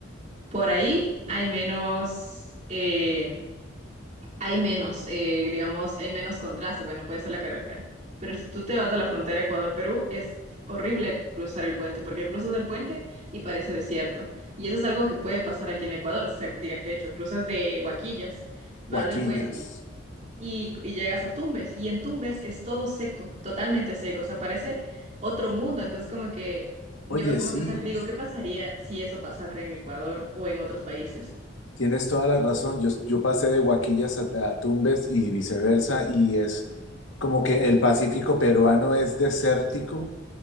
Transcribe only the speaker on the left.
Guaquillas.
Oye,
sí,
tienes toda la razón, yo, yo pasé de Guaquillas a, a Tumbes y viceversa y es como que el Pacífico peruano es desértico